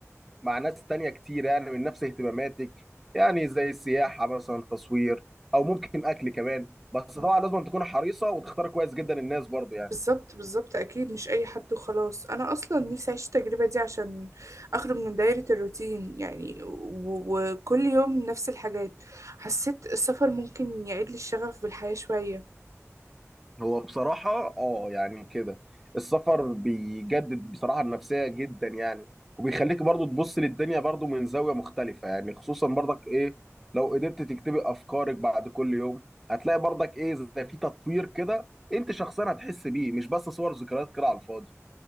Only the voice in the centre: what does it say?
مع ناس تانية كتير يعني من نفس اهتماماتك يعني زي السياحه مثلا تصوير او ممكن اكل كمان بس
طبعا لازم تكون حريصه وتختار كويس جدا الناس برضو يعني
هو بصراحة اه يعني كده السفر بيجدد بصراحة النفسية جدا يعني وبيخليك برضو تبص للدنيا برضو من زاوية مختلفة يعني خصوصا برضك ايه لو قدرت تكتبي افكارك بعد كل يوم هتلاقي برضك ايه زي في تطوير كده انت شخصيا هتحس بيه مش بس صور ذكريات كده على الفاضي